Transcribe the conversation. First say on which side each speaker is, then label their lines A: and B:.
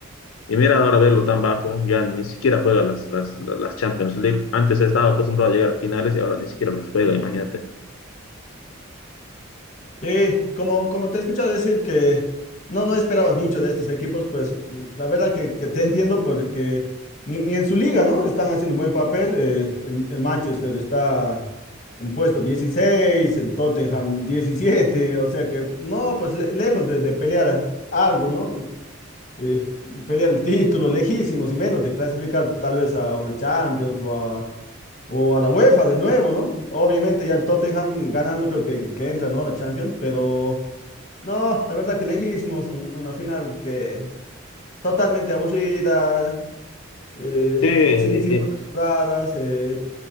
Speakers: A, on the left; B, on the left.
A: y mira ahora verlo tan bajo, ya ni siquiera juega las, las, las Champions League. Antes estaba acostumbrado a llegar a finales y ahora ni siquiera las juega, imagínate.
B: Eh, como, como te he escuchado decir que no, no esperabas mucho de estos equipos, pues mm, la verdad que, que te entiendo porque ni, ni en su liga, ¿no? Están haciendo un buen papel. eh, el, el Manchester está en puesto 16, el Tottenham 17, o sea que no, pues le- lejos de, de pelear algo, ¿no? Eh, pelear el título, lejísimos y menos de clasificar tal vez a una Champions o a, o a la UEFA de nuevo, ¿no? Obviamente ya el Tottenham ganando creo que, que entra, ¿no? A la Champions, pero... No, la verdad que lejísimos, un- una final que totalmente aburrida, eh,
A: Sí, eh,
B: sin, sin
A: eh,
B: buenas jugadas. eh,